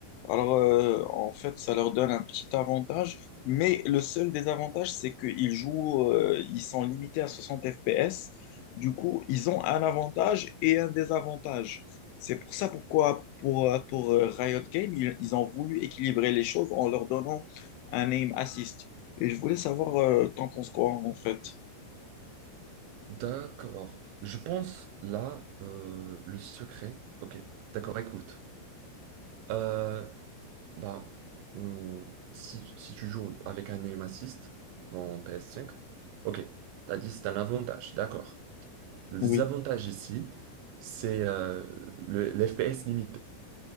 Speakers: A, on the left; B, on the right.
A: Alors, euh, en fait, ça leur donne un petit avantage, mais le seul désavantage, c'est qu'ils jouent, euh, ils sont limités à 60 FPS. Du coup, ils ont un avantage et un désavantage. C'est pour ça pourquoi, pour, euh, pour euh, Riot Games, ils, ils ont voulu équilibrer les choses en leur donnant un aim assist. Et je voulais savoir, euh, t'en penses quoi, en fait?
B: D'accord. Je pense là, euh, le secret. Ok, d'accord, écoute. Euh, bah, hmm, si, si tu joues avec un aim assist dans PS5, ok, t'as dit c'est un avantage, d'accord. Le désavantage
A: Oui,
B: ici, c'est euh, le, l'FPS limité.